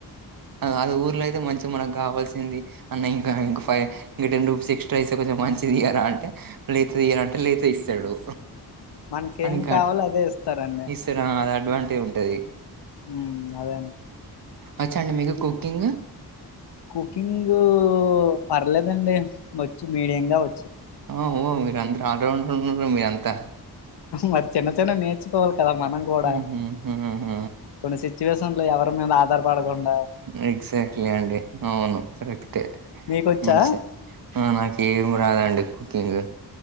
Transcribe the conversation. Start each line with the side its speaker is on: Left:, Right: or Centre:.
Right: అది ఊర్లో అయితే మంచిగా మనకు కావాల్సింది అన్న ఇంక ఇంకా ఫై ఇంకా టెన్ రూపీస్ ఎక్స్ట్రా ఇస్తా కొంచం మంచిది ఇయర అంటే లేతే తీయాలంటే లేతే ఇస్తడు
Left: మనకేం
Right: అది ఇంకా
Left: కావాలో అదే ఇస్తారండి
Right: ఇస్తర అది అడ్వాంటేజ్ ఉంటది
Left: ఉమ్ అదేనండి
Right: అచ్చ అండి మీకు కుకింగ్
Left: కుకింగ్ పర్లేదండి వచ్చు మీడియం గా వచ్చు
Right: ఆ ఓ <unintelligible> మీర అందరు ఆల్రౌండర్ ఉన్నారు మీరంతా
Left: మరి చిన్న చిన్న నేర్చుకోవాలి కదా మనం కూడ
Right: హుహుహుహు
Left: కొన్ని సిచ్యువేషన్ లో ఎవరు మీద ఆధార్ పడకుండ
Right: ఎక్సాక్ట్లీ అండి అవును కరెక్టే
Left: మీకొచ్చా
Right: మం <unintelligible> ఆ నాకు ఏం రాదండి కుకింగ్